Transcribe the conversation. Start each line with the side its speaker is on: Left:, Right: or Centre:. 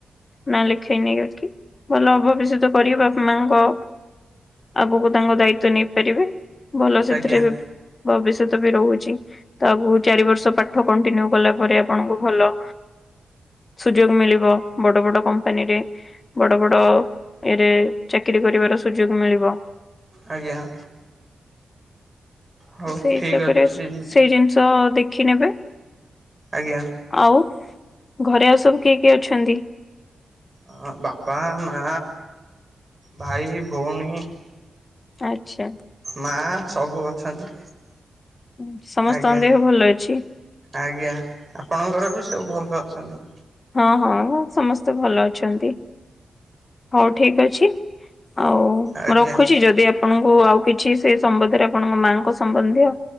Left: ନା ଲେଖେଇ ନେଇ ଯାଇ କି ଭଲ ଅଭଷ୍ୟତ କରିକି ବାପା ମାଙ୍କ। ଆଗକୁ ତାଙ୍କ ଦାଇ‌ତ୍ବ ନେଇପାରିବେ ଭଲ ସେଥିରେ
Right: ଆଜ୍ଞା
Left: ବି ଭବିଷ୍ୟତ ବି ରହୁଛି। ତ ଆଗକୁ ଚାରି ବର୍ଷ ପାଠ କଣ୍ଟିନ୍ୟୁ କଲା ପରେ ଆପଣଙ୍କୁ ଭଲ। ସୁଯୋଗ ମିଳିବ ବଡ ବଡ କମ୍ପାନୀରେ। ବଡ ବଡ ଇଏରେ ଚାକିରି କରିବାର ସୁଯୋଗ ମିଳିବ।
Right: ଆଜ୍ଞା। ହଉ
Left: ସେଇ
Right: ଠିକ୍
Left: ହିସାବରେ
Right: ଅଛି
Left: ସେଇ ଜିନିଷ ଦେଖିନେବେ।
Right: ଆଜ୍ଞା।
Left: ଆଉ ଘରେ ଆଉ ସବୁ କିଏ କିଏ ଅଛନ୍ତି।
Right: ଆଁ ବାପା ମା ଭାଇ ଭଉଣୀ।
Left: ଆଛା।
Right: ମା ସବୁ ଅଛନ୍ତି।
Left: ଉଁ ସମସ୍ତଙ୍କ
Right: ଆଜ୍ଞା
Left: ଦେହ ଭଲ ଅଛି।
Right: ଆଜ୍ଞା ଆପଣଙ୍କର ବି ସବୁ ଭଲ ଅଛନ୍ତି।
Left: ହଁ ହଁ ସମସ୍ତେ ଭଲ ଅଛନ୍ତି। ହଉ ଠିକ ଅଛି ଆଉ
Right: ଆଜ୍ଞା
Left: ମୁ ରଖୁଛି ଯଦି ଆପ ଆପଣଙ୍କୁ ଆଉ କିଛି ସେ ସମ୍ବନ୍ଧରେ ଆପଣଙ୍କ ମାଙ୍କ ସମ୍ବନ୍ଧୀୟ।